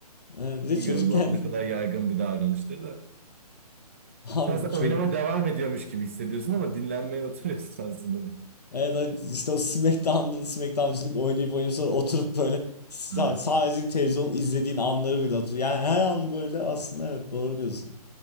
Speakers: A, on the left; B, on the right.
A: Evet. Bir de
B: Bilmiyorum
A: çocukken
B: bu ne kadar yaygın bir davranıştır da.
A: <laughs> abi
B: Sen, sen
A: çocuk
B: oynama devam ediyormuş gibi hissediyorsun ama dinlenmeye oturuyorsun aslında.
A: Evet işte o SmackDown'da da SmackDown'cılık oynayıp oynayıp sonra oturup böyle sa-
B: Aynen.
A: sadece televizyon izlediğin anları bile hatırlıyor. Yani her an böyle aslında evet doğru diyorsun.